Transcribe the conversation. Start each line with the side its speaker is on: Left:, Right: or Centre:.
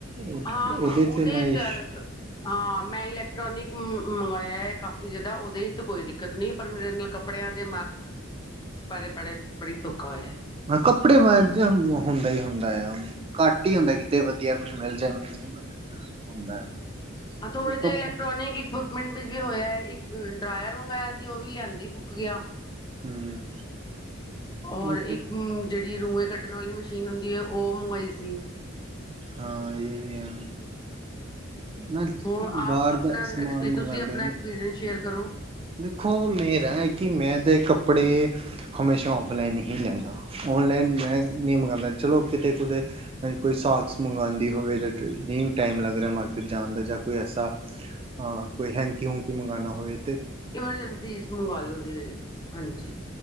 Right: ਉਹ
Left: ਹਾਂ ਹਾਂ ਉਹਦੇ
Right: ਚ ਨਾ ਇਸ਼ੂ
Left: ਹਾਂ ਮੈਂ ਇਲੈਕਟ੍ਰੋਨਿਕ ਮੰਗਵਾ। ਕਾਫ਼ੀ ਜਿਆਦਾ ਉਹਦੇ ਤਾਂ ਕੋਈ ਦਿੱਕਤ ਨਹੀਂ ਪਰ ਮੇਰੇ ਨਾਲ ਕੱਪੜਿਆਂ ਦੇ ਬਾਰੇ ਬੜੇ ਵਾਰੀ ਧੋਖਾ ਹੋਇਆ।
Right: ਹ ਕੱਪੜੇ ਹੁੰਦਾ ਹੀ ਹੁੰਦਾ ਆ ਘੱਟ ਹੀ ਹੁੰਦਾ ਕਿਤੇ ਵਧੀਆ ਕੁਛ ਮਿਲ ਜਾ ਮਿਲ ਜਾ ਬਟ ਹੁੰਦਾ
Left: ਆ ਥੋੜੇ
Right: ਤੇ
Left: ਜੇ
Right: ਕੱਪ
Left: ਇਲੈਕਟ੍ਰੋਨਿਕ ਮਿੰਟ ਵਿੱਚ ਵੀ ਹੋਇਆ ਇੱਕ ਡਰਾਇਰ ਮੰਗਾਇਆ ਸੀ ਉਹ ਵੀ ਲਿਆਂਦੀ ਫੁਕ ਗਿਆ।
Right: ਹਮ
Left: ਹੋਰ
Right: ਉਹ ਫਿਰ
Left: ਇੱਕ ਜਿਹੜੀ ਰੂਏ ਕੱਢਣ ਵਾਲੀ ਮਸ਼ੀਨ ਹੁੰਦੀ ਹੈ ਉਹ ਮੰਗਵਾਈ ਸੀ। ਸੀ।
Right: ਹਾਂ ਇਹ ਵੀ ਹੈ ਨਾ
Left: ਹੋਰ ਆਪ
Right: ਬਾਹਰ
Left: ਆਪਣਾ
Right: ਦਾ ਸਮਾਨ ਮੰਗਵਾਉਂਦੇ
Left: ਤੁਸੀਂ ਆਪਣਾ ਐਕਸਪੀਰੀਅਸ ਸ਼ੇਅਰ ਕਰੋ।
Right: ਦੇਖੋ ਮੇਰਾ ਹੈ ਕਿ ਮੈਂ ਤਾਂ ਕੱਪੜੇ ਹਮੇਸ਼ਾ ਔਫਲਾਈੰਨ ਹੀ ਲੈਂਦਾ ਔਨਲਾਈਨ ਮੈਂ ਨਹੀਂ ਮੰਗਵਾਉਂਦਾ ਚਲੋ ਕਿਤੇ ਕੁਤੇ ਕੋਈ ਸਾਕਸ ਮੰਗਵਾਉਂਦੀ ਹੋਵੇ ਜਾਂ ਨ ਟਾਈਮ ਲੱਗ ਰਿਹਾ ਮਾਰਕੀਟ ਜਾਣ ਦਾ ਜਾਂ ਕੋਈ ਐਸਾ। ਹਾਂ ਕੋਈ ਹੈਂਕੀ ਹੁੰਕੀ ਮੰਗਾਨਾ। ਹੋਏ।
Left: ਇਮਰਜੈਂਸੀ ਮੰਗਾਲੋ ਜੇ ਹਾਂਜੀ।